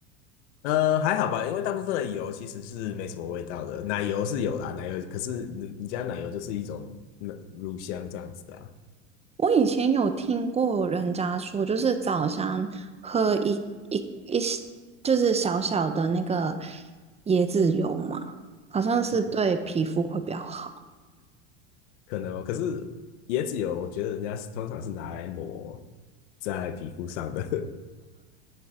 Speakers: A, on the left; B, on the right.
A: 呃，还好吧，因为大部分的油其实是没什么味道的，奶油是有啦，奶油可是你你家奶油就是一种那乳香这样子啊，
B: 我以前有听过人家说，就是早上喝一一一就是小小的那个椰子油嘛，好像是对皮肤会比较好。
A: 嗯，可能哦。可是椰子油，我觉得人家是通常是拿来抹在皮肤上的。<laughs>